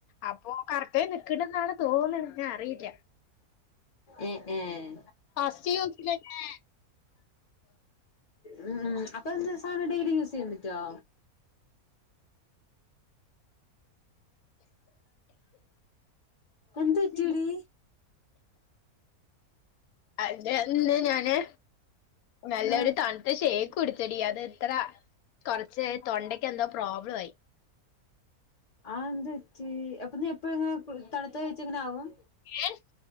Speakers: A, on the left; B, on the left.
A: അപ്പൊ കറുത്തേ നിക്കണന്നാണ് തോന്നന്നെ ഞ് അറിയില്ല
B: ഏഹ് ഏഹ്
A: ഫസ്റ്റ് യൂസിലെന്നെ
B: ഉം. അപ്പൊ എന്ത് സാനോം ഡെയ്ലി യൂസ് റ്റാ എന്ത് പറ്റിയെടി
A: ശ അതെന്ത് ഞാന് നല്ലൊരു
B: ആ
A: തണുത്ത ഷേക്ക് കുട്ച്ചെടി അതിത്ര കൊറച്ച് തൊണ്ട എന്തോ പ്രോബ്ലം ആയി.
B: ആന്ത്‌ പറ്റി അപ്പൊ നീ എപ്പഴും ഇങ്ങനെ തണുത്ത കഴിച്ച ങ്ങനെ ആകും
A: ഏഹ്